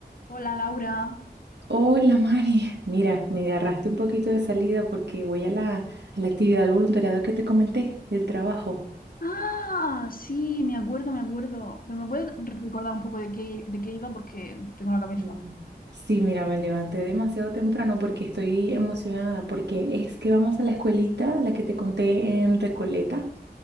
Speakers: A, on the left (about 55°); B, on the right (about 90°).
A: Hola Laura.
B: Hola Mari, mira, me agarraste un poquito de salida porque voy a la, a la actividad del voluntariado que te comenté del trabajo.
A: Ah, sí, me acuerdo, me acuerdo. Pero me puedes re- recordar un poco de qué, de qué iba porque tengo la cabeza.
B: No. Sí, mira, me levanté demasiado temprano porque estoy emocionada porque es que vamos a la escuelita, la que te conté en Recoleta,